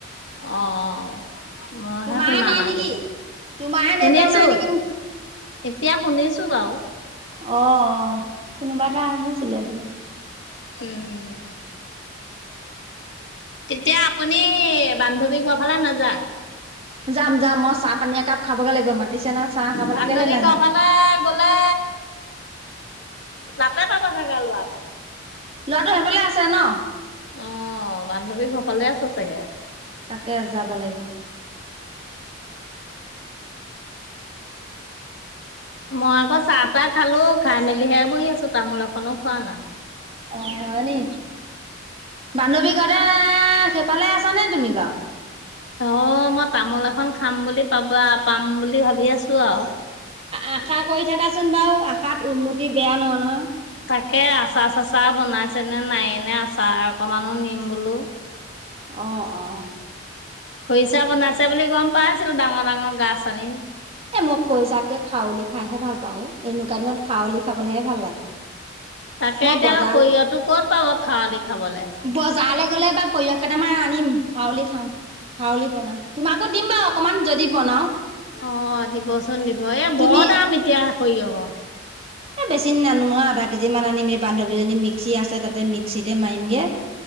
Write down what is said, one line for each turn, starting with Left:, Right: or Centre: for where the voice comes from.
Left: আহঁ মইহে
Right: তোমাৰহে
Left: শুনা নাই
Right: নেকি
Left: তেতিয়া
Right: তোমাৰহে নেটৱৰ্ক
Left: শুনিছোঁ।
Right: নাই নেকি
Left: এতিয়া শুনিছোঁ বাৰু।
Right: অঁ অঁ কোনোবা এটা আহিছিলে এইফালে।
Left: উম, তেতিয়া আপুনি বান্ধৱী ঘৰৰ ফালে নাযায়
Right: <inaudible> যাম যাম মই চাহ পানী একাপ খাবগৈ লাগিব মাতিছে না চাহ খাবলৈ
Left: বান্ধৱী
Right: কেল নাযাম।
Left: ঘৰ ফালে
Right: <inaudible>
Left: গ'লে তাতে পাবা চাগে লোৱাটো।
Right: ল'ৰাটো সেইফালে আছে ন।
Left: অঁ বান্ধৱী ঘৰফালে আছো চাগে।
Right: তাকে যাব লাগিব।
Left: মই আকৌ চাহ তাহ খালোঁ খাই মেলিহে বহি আছো তামোল এখনো খোৱা নাই।
Right: অ হয় নি বান্ধৱী ঘৰতে সেইফালে আছানে তুমি বাৰু।
Left: অঁ মই তামোল এখন খাম বুলি পাবা পাম বুলি ভাবি আছো আৰু।
Right: আশা কৰি থাকাচোন বাৰু আশাত উন্নতি বেয়া নহয় ন।
Left: তাকে আচাৰ -চাচাৰ বনাইছে নে নায়ে নে আচাৰ অকমানো নিম বোলো।
Right: অঁ অঁ।
Left: খৰিচা বনাইছে বুলি গম পাইছিলোঁ ডাঙৰ ডাঙৰ গাছ আনি।
Right: এ মই খৰিচাতকে খাৱলি খাইহে ভাল পাওঁ এনেকুৱা দিনত খাৱলি খাবলেহে ভাল লাগে।
Left: তাকে
Right: মই
Left: এতিয়া
Right: বজাৰ
Left: সৰিয়হটো ক'ত পাব খাৱলি খাবলে।
Right: বজাৰলৈ গ'লে বা সৰিয়হ কেইটামান আনিম খাৱলি খাম খাৱলি বনাম তোমাকো দিম বাৰু অকনমান যদি বনাও।
Left: অঁ দিবচোন দিব এ
Right: তুমি
Left: বৰ দাম এতিয়া সৰিয়হ।
Right: বেছি নানো নহয় আধা কেজি মান আনিম এই বান্ধৱীজনী মিক্সি আছে তাতে মিক্সিতে মাৰিম গে।